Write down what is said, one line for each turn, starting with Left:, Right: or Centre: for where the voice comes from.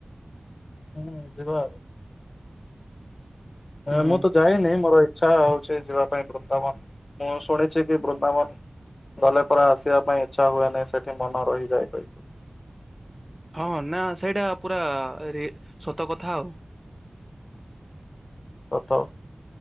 Left: ହୁଁ ଯିବା ଆଉ
Centre: ହୁଁ।
Left: ମୁଁ ତ ଯାଏନିଁ ମୋର ଆଛା ହଉଛି ଯିବା ପାଇଁ ବୃନ୍ଦାବନ ମୁଁ ଶୁଣିଛି କି ବୃନ୍ଦାବନ୍ ଗଲେ ପରା ଆସିବା ପାଇଁ ଇଚ୍ଛା ହୁଏନି ସେଠି ମନ ରହିଯାଏ କହିକି
Centre: ହଁ ନା ସେଇଟା ପୁରା ରିଏ ସତ କଥା ଆଉ
Left: ସତ